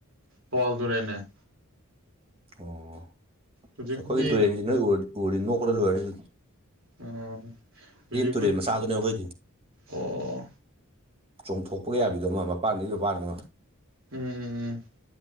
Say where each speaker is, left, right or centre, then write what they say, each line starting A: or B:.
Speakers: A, on the right (about 65°); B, on the right (about 25°).
A: ꯄꯣꯜ ꯇꯨꯔꯦꯜꯅꯦ
B: ꯑꯣ
A: ꯍꯧꯖꯤꯛꯄꯨꯗꯤ
B: ꯑꯩꯈꯣꯏꯒꯤ ꯇꯨꯔꯦꯟꯁꯤ ꯅꯣꯏ ꯎꯔꯗꯤ ꯅꯣꯛꯄꯗ ꯂꯣꯏꯔꯅꯤꯗ
A: ꯑꯣ ꯍꯧꯖꯤꯛꯕꯨ
B: ꯇꯨꯔꯦꯟ ꯃꯆꯥꯗꯨꯅꯦ ꯑꯩꯈꯣꯏꯗꯤ
A: ꯑꯣ
B: ꯆꯣꯡꯊꯣꯛꯄꯤꯒ ꯌꯥꯕꯤꯗꯨꯅꯦ ꯃꯄꯥꯟꯗꯒꯤ ꯃꯄꯥꯟ ꯑꯃ
A: ꯎꯝ ꯎꯝ